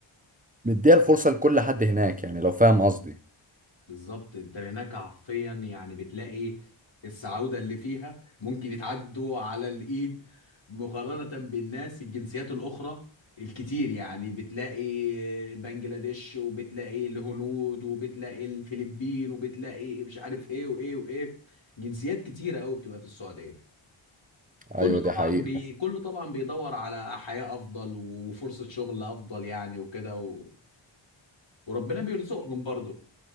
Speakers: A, on the right; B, on the left.
A: مديها الفرصه لكل حد هناك يعني لو فاهم قصدي
B: بالظبط انت هناك حرفيا يعني بتلاقي السعودة اللي فيها ممكن يتعدوا على الايد مقارنة بالناس الجنسيات الاخرى الكتير يعني بتلاقي بنجلاديش وبتلاقي الهنود وبتلاقي الفلبين وبتلاقي مش عارف ايه وايه وايه جنسيات كتيرة قوي بتبقى في السعودية كله
A: ايوه
B: طبعا
A: دي حقيقه
B: بي كله طبعا بيدور على حياة افضل وفرصة شغل افضل يعني وكده و... وربنا بيرزقهم برضه